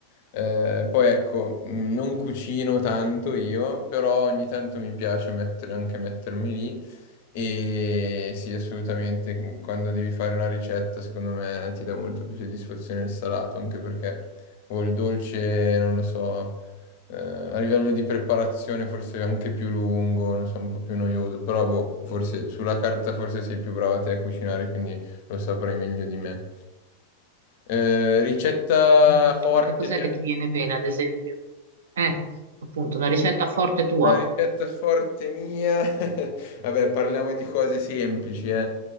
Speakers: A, on the left (about 50°); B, on the right (about 60°).
A: Eh, poi ecco, mh, non cucino tanto io, però ogni tanto mi piace mettere- anche mettermi lì e sì, assolutamente, mh, quando devi fare una ricetta, secondo me ti dà molto più soddisfazione il salato, anche perché o il dolce, non lo so, eh, a livello di preparazione forse è anche più lungo, non so, un po' più noioso, però boh, forse sulla carta forse sei più brava te a cucinare, quindi lo saprai meglio di me. Eh, ricetta
B: Mm,
A: forte,
B: ma che cos'è
A: piatto.
B: che ti viene bene, ad esempio? Eh, appunto, una ricetta forte tua.
A: La ricetta forte mia. <laughs> Vabbè, parliamo di cose semplici, eh.